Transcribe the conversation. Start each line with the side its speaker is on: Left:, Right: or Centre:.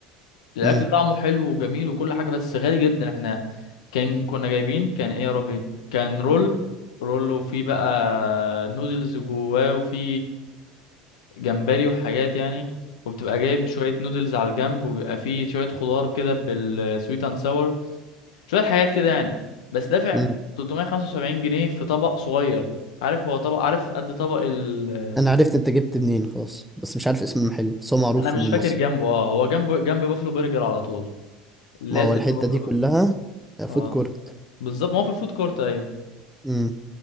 Left: الاكل
Centre: امم
Left: طعمه حلو وجميل وكل حاجه بس غالي جدا احنا كان كنا جايبين كان ايه يا ربي كان رول رول وفي بقى نودلز جواه وفي جمبري وحاجات يعني وبتبقى جايب شويه نودلز على الجنب وبيبقى فيه شويه خضار كده بالسويت اند ساور شويه حاجات كده يعني بس دافع
Centre: امم
Left: 375 جنيه في طبق صغير عارف هو طبق عارف قد طبق ال
Centre: أنا عرفت أنت جبت منين خلاص بس مش عارف اسم المحل بس هو معروف
Left: انا مش
Centre: في مول
Left: فاكر
Centre: مصر
Left: جنبه اه هو جنبه جنب بافلو برجر على طول لازق
Centre: ما هو الحتة
Left: في بافلو
Centre: دي كلها
Left: برجر
Centre: فود
Left: اه
Centre: كورت
Left: بالظبط ما هو في الفود كورت ايوه
Centre: امم